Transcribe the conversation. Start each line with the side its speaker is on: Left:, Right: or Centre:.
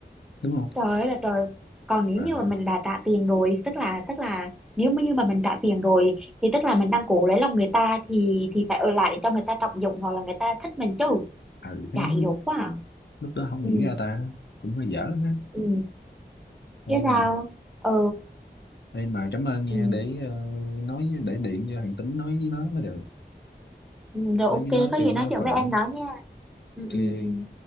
Left: đúng không
Centre: Trời ơi là trời. Còn nếu
Left: ờ
Centre: như mà mình đã trả tiền rồi, tức là tức là nếu mà như mà mình trả tiền rồi thì tức là mình đang cố lấy lòng người ta thì thì phải ở lại để cho người ta trọng dụng hoặc là người ta thích mình chứ.
Left: ờ ha
Centre: Dại
Left: lúc
Centre: dột quá. à.
Left: lúc đó không
Centre: Ừ.
Left: nghĩ ra ta cũng hơi dở ha
Centre: Ừ.
Left: đây
Centre: Chứ sao?
Left: mà
Centre: Ừ.
Left: đây mà cảm ơn nha
Centre: Ừ.
Left: để ờ, nói với- để điện cho thằng Tính nói với nó mới được
Centre: ừ, Rồi
Left: nói
Centre: ok,
Left: với nó
Centre: có
Left: kêu
Centre: gì
Left: nó
Centre: nói chuyện
Left: khỏi
Centre: với em đó nha. Ừ
Left: kê
Centre: ừ ừ.